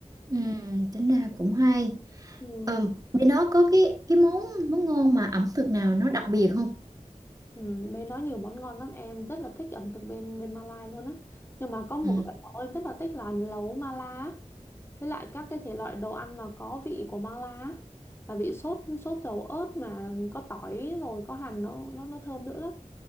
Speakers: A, on the right (about 30°); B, on the left (about 20°).
A: Ừ, tính ra cũng hay.
B: Ừ.
A: Ờ, bên đó có cái cái món món ngon mà ẩm thực nào nó đặc biệt không?
B: Ừ. bên đó nhiều món ngon lắm em rất là thích ẩm thực bên bên Malai luôn á nhưng mà có một
A: Ừ.
B: loại lẩu em rất là thích là lẩu Mala á. với lại các cái thể loại đồ ăn mà có vị của mala á, là vị sốt sốt dầu ớt mà có tỏi rồi có hành nó nó nó thơm nữa lắm